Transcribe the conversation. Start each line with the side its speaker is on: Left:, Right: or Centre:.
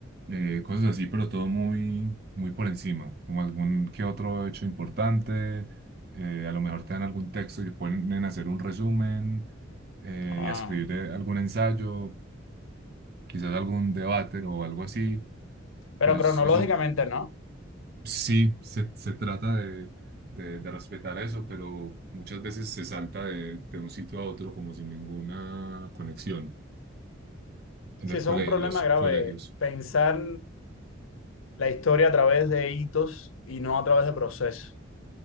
Right: eh, cosas así, pero todo muy, muy por encima, como algún que otro hecho importante, eh, a lo mejor te dan algún texto y te ponen a hacer un resumen eh,
Left: Ah,
Right: y a escribir eh, algún ensayo, quizás algún debate o algo así,
Left: pero
Right: pero
Left: cronológicamente
Right: es- eso
Left: no.
Right: sí se, se trata de, de, de respetar eso, pero muchas veces se salta de, de un sitio a otro como sin ninguna conexión en
Left: Sí,
Right: el
Left: eso
Right: cole,
Left: es un problema
Right: en los
Left: grave,
Right: colegios.
Left: pensar la historia a través de hitos y no a través de procesos.